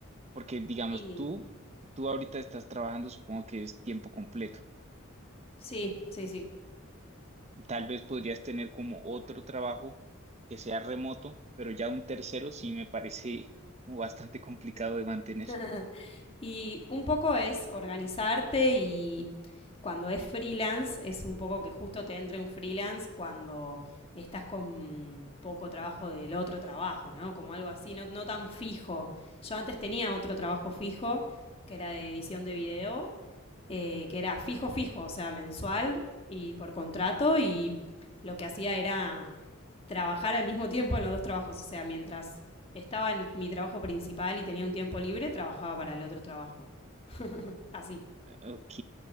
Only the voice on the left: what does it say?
Y
sí, sí, sí.
<laughs> y un poco es organizarte y cuando es freelance es un poco que justo te entre un freelance cuando estás con poco trabajo del otro trabajo, ¿no? Como algo así, no, no tan fijo. Yo antes tenía otro trabajo fijo, que era de edición de video, eh, que era fijo, fijo, o sea, mensual y por contrato, y lo que hacía era trabajar al mismo tiempo en los dos trabajos, o sea, mientras estaba en el- mi trabajo principal y tenía un tiempo libre, trabajaba para el otro trabajo. Así,